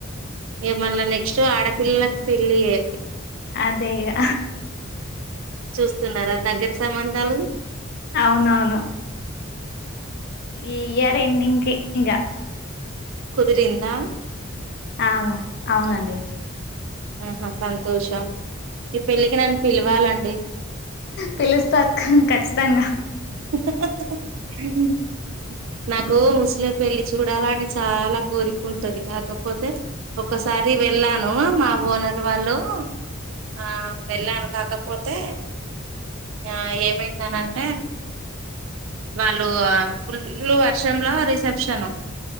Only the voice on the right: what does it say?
ఏమళ్ళ నెక్స్ట్ ఆడపిల్లలకు పెళ్ళియే
చూస్తున్నారా దగ్గర సంబంధాలు
కుదిరిందా
ఆహా సంతోషం ఈ పెళ్ళికి నన్ను పిలవాలండి
హ హ నాకు ముస్లిం పెళ్ళి చూడాలని చాలా కోరికుంటది కాకపోతే ఒక్కసారి వెళ్ళాను మా ఓనర్ వాళ్ళు ఆ వెళ్ళాను కాకపోతే, ఆ ఏమైందనటే వాళ్ళు ఫుల్లు వర్షంల రిసెప్షను